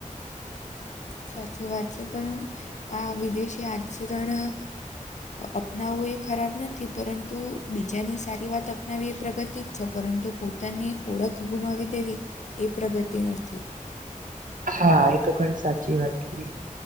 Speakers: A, on the left; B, on the right.
A: સાચી વાત છે પણ આ વિદેશી આચરણ અપનાવવું એ ખરાબ નથી પરંતુ બીજાને સારી વાત અપનાવી એ પ્રગ તી જ છે પરંતુ પોતાની ઓળખ ગુમાવી દેવી એ પ્રગતિ નથી.
B: હા એ તો ઘણી સાચી વાત કીધ